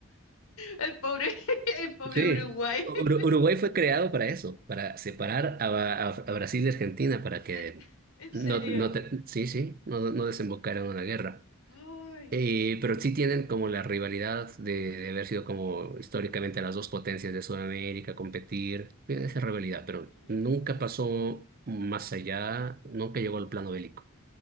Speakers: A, on the left; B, on the right.
A: El pobre, <laughs> el pobre
B: Sí,
A: Uruguay.
B: Ur-
A: <laughs>
B: Uruguay fue creado para eso, para separar a, a- a Brasil de Argentina, para que
A: En en
B: no,
A: serio.
B: no te- sí, sí, no, no desembocaran en una guerra.
A: Ay.
B: Eh, pero sí tienen como la rivalidad de, de haber sido como históricamente las dos potencias de Sudamérica, competir, tienen esa
A: Ujú,
B: rivalidad, pero
A: ujú.
B: nunca pasó más allá, nunca llegó al plano bélico.